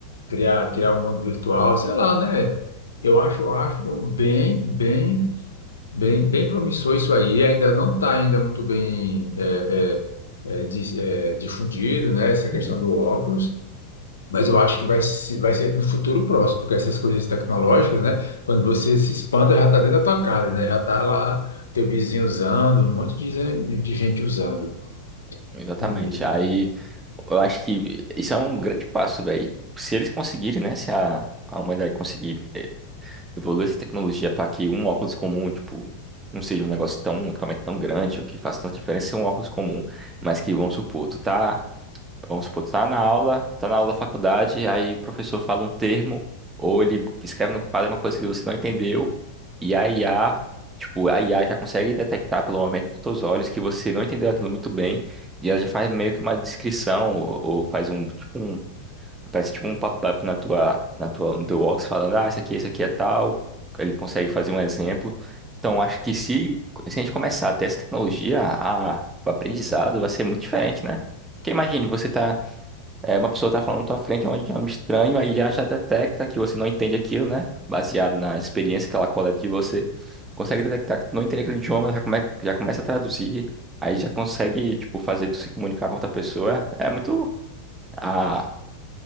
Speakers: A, on the left; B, on the right.
A: criar, criar um mundo virtual, sei lá, né? Eu acho, acho bem, bem Bem, bem promissor isso aí, ainda não está ainda muito bem é, é, é, dis- é, difundido, né, essa
B: Uhum.
A: questão do óculos, mas eu acho que vai, se- vai ser no futuro próximo, porque essas coisas tecnológicas, né, quando você se espanta, já está dentro da tua casa, né, já está lá teu vizinho usando, um monte de, gen- de gente usando.
B: Exatamente.
A: E-
B: Aí eu acho que isso é um grande passo, velho. Se eles conseguirem, né? Se a, a humanidade conseguir evoluir essa tecnologia para que um óculos comum, tipo, não seja um negócio tão, um equipamento tão grande, o que faz tanta diferença ser um óculos comum, mas que, vamos supor, tu tá, vamos supor, tu tá na aula, tá na aula da faculdade, aí o professor fala um termo, ou ele escreve no quadro uma coisa que você não entendeu, e a IA, tipo, a IA já consegue detectar pelo momento dos teus olhos que você não entendeu aquilo muito bem, e ela já faz meio que uma descrição, ou, ou faz um, tipo, um Aparece tipo um pop-up na tua, na tua, no teu Box falando, ah, isso aqui, isso aqui é tal. Ele consegue fazer um exemplo. Então, acho que se, se a gente começar a ter essa tecnologia, a, o aprendizado vai ser muito diferente, né? Porque imagine, você tá, é, uma pessoa tá falando na tua frente onde é um estranho, aí já, já detecta que você não entende aquilo, né? Baseado na experiência que ela coleta de você. Consegue detectar que tu não entende aquele idioma, já, come, já começa a traduzir. Aí já consegue, tipo, fazer tu se comunicar com outra pessoa. É muito... A,